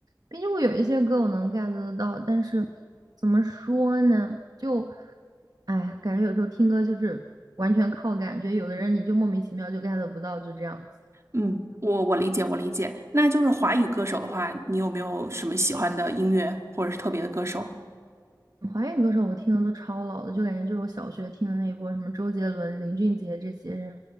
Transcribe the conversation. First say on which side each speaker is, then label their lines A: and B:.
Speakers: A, on the right; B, on the right.
A: 滨崎步有一些歌我能 get 得到，但是怎么说呢？就，哎，感觉有时候听歌就是完全靠感觉，有的人你就莫名其妙就 get 不到，就这样子。
B: 嗯，我我理解我理解。那就是华语歌手的话，你有没有什么喜欢的音乐或者是特别的歌手？
A: 华语歌手我听的都超老的，就感觉就是我小学听的那一波，什么周杰伦、林俊杰这些人，